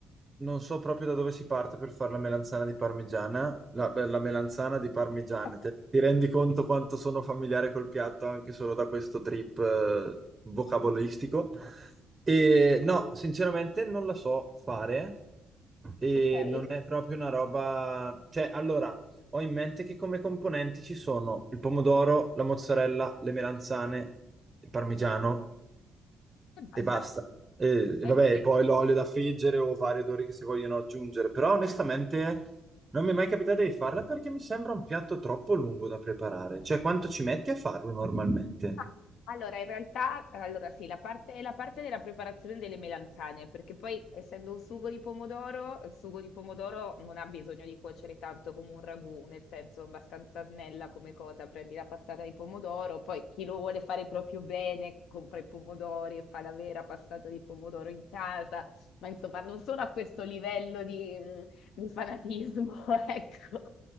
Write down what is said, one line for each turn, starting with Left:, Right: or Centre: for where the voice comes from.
Right: Non so proprio da dove si parte per fare la melanzana di parmigiana, la, beh, la melanzana di parmigiana.
Left: <laughs>
Right: Te- ti rendi conto quanto sono familiare col piatto anche solo da questo trip eh, vocabolistico? E no, sinceramente non la so fare e
Left: Ok, e
Right: non è proprio una roba... Cioè, allora, ho in mente che come componenti ci sono il pomodoro, la mozzarella, le melanzane, il parmigiano e
Left: basta.
Right: basta. E, e
Left: Hai
Right: vabbè,
Left: finito.
Right: e poi l'olio da friggere o vari odori che si vogliono aggiungere, però onestamente non mi è mai capitato di farla perché mi sembra un piatto troppo lungo da preparare. Cioè, quanto ci metti a farlo normalmente? Un
Left: Ah, Allora, in realtà, allora sì, la parte, la parte della preparazione delle melanzane, perché poi essendo un sugo di pomodoro, il sugo di pomodoro non ha bisogno di cuocere tanto come un ragù, nel senso abbastanza snella come cosa, prendi la passata di pomodoro, poi chi lo vuole fare proprio bene compra i pomodori e fa la vera passata di pomodoro in casa, ma insomma non sono a questo livello di, mm, di fanatismo, <laughs> ecco.